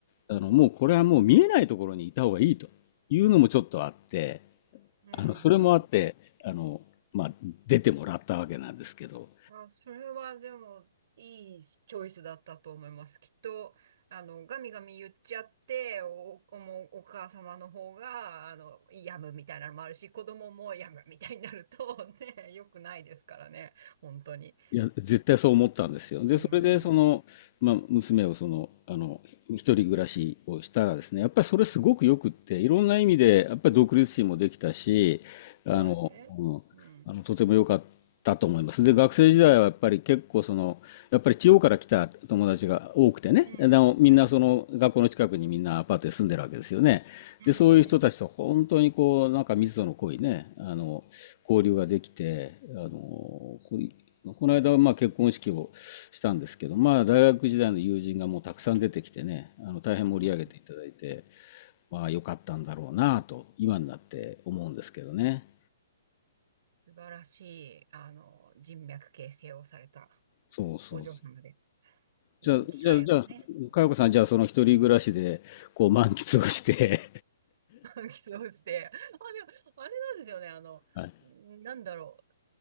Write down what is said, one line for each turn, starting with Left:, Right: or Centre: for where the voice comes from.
Left: あの、もうこれはもう見えないところにいた方がいいというのもちょっとあって、
Right: うん、
Left: あの、それもあって、
Right: うん、
Left: あの、まあ、出てもらったわけなんですけど、
Right: あ、それはでも、いいチョイスだったと思います。きっと、あの、ガミガミ言っちゃって、お、お、もうお母様の方が、あの、病むみたいなのもあるし、子供も病むみたいになると、<laughs> ね、良くないですからね、本当に。
Left: いや、絶対そう思ったんですよ。で、
Right: うん、
Left: それで、その、
Right: うん。
Left: まあ、娘をその、あの、一人暮らしをしたらですね、やっぱりそれすごくよくって、いろんな意味で、
Right: うん。
Left: やっぱり独立心もできたし、あの、
Right: そうなんですね。
Left: うん、
Right: うん。
Left: あの、とても良かったと思います。で、学生時代はやっぱり結構その、やっぱり地方から来た友達が多くてね、
Right: うん、
Left: でもみんなその学校の近くにみんなアパートで住んでるわけですよね。
Right: うん、うん、
Left: で、そういう人たちと本当にこう、
Right: うん。
Left: なんか密度の濃いね、あの、交流ができて、あの、ここの間はまあ結婚式をしたんですけど、まあ大学時代の友人がもうたくさん出てきてね、あの大変盛り上げていただいて、
Right: うん
Left: まあ良かったんだろうなと、今になって思うんですけどね。
Right: 素晴らしい、あの、人脈形成をされた
Left: そうそう。
Right: お嬢様で、いい機会をね。
Left: じゃあ、じゃあ、じゃあ、佳代子さん、
Right: うん
Left: じゃあ、その一人暮らしで、こう、満喫をして
Right: <laughs> 起動して。あ、でも、あれなんですよね。あの、
Left: <laughs> はい。
Right: なんだろう。